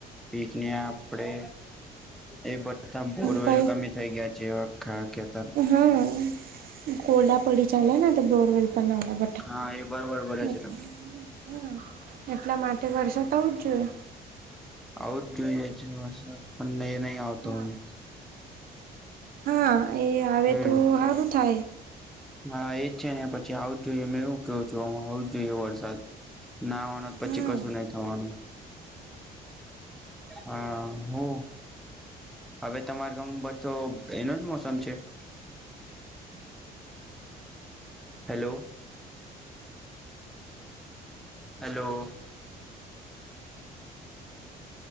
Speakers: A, in the centre; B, on the right.
A: બેઝને આપડે એ બધા બોરવેલ‌
B: પ
A: કમી થઈ ગયા છે, અખા
B: હ કોરડા પડી ચાલેના તો બોરવેલ પણ આવડા
A: હા એ બરોબર બોલે
B: બઠા,
A: છે તમે
B: હા એટલા માટે વરસાદ આવો જ જોઈએ.
A: આવું જ જોઈએ છે, વરસાદ અને નહીં નઈ આવતો
B: હા.
A: હવે
B: હા એ આવે
A: હમ
B: તો સારું થાય.
A: હા એજ છે, ને પછી આવું જ જોઈએ મે એવું ક્યો છું, હું આવો જોઈએ વરસાદ ના આવાનું પછી
B: હમ
A: કશું નહી થવાનું. હા, હું હવે તમારા ગામમાં બધો એનો જ મોસમ છે? Hello, hello,